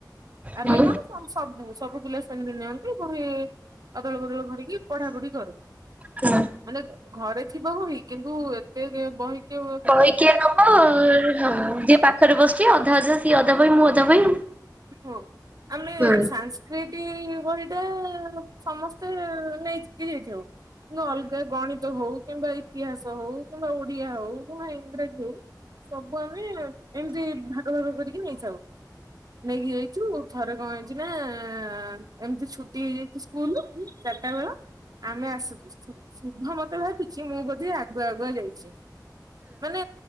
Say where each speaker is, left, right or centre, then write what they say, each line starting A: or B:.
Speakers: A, on the right (about 60°); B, on the right (about 20°).
A: ଆମେ
B: ହୁଁ
A: କଣ ସବୁ ସବୁ ପିଲା ସେମିତି ନିଅନ୍ତି କୁଠି ଅଦଳ ବଦଳ କରିକି ପଢାପଢ଼ି କରୁ।
B: ହୁଁ
A: ମାନେ ଘରେ ଥିବ ବହି କିନ୍ତୁ ଏତେ ବହି କି
B: ବହି କିଏ ନବ ହଁ ଯିଏ ପାଖରେ ବସିଛି ଅଧା ଅଧା ସିଏ ଅଧା ବହି ମୁଁ ଅଧା ବହି
A: ହଁ ଆମେ ସାଂସ୍
B: ଆଉ।
A: ସଂସ୍କୃତି ବହି ଟା ସମସ୍ତେ ନେଇ ହେ ଯାଇଛି ଆଉ ଅଲଗା ଗଣିତ ହଉ କିମ୍ବା ଇତିହାସ ହଉ କିମ୍ବା ଓଡିଆ ହଉ କିମ୍ବା ଇଂରାଜୀ ହଉ ସବୁ ଆମେ ଏମିତି ଭାଗ ଭାଗ କରିକି ନେଇଥାଉ। ନେଇକି ଯାଇଛୁ ଥରେ କଣ ହେଇଛି ନା ଏମିତି ଛୁଟି ହେଇଯାଇଛି ସ୍କୁଲ ଚାରିଟା ବେଳ ଆମେ ଆସୁଛୁ ଶୁଭ ମତେ ଭାବୁଛି ମୁଁ ବୋଧେ ଆଗୁଆ ଆଗୁଆ ଯାଇଛି। ମାନେ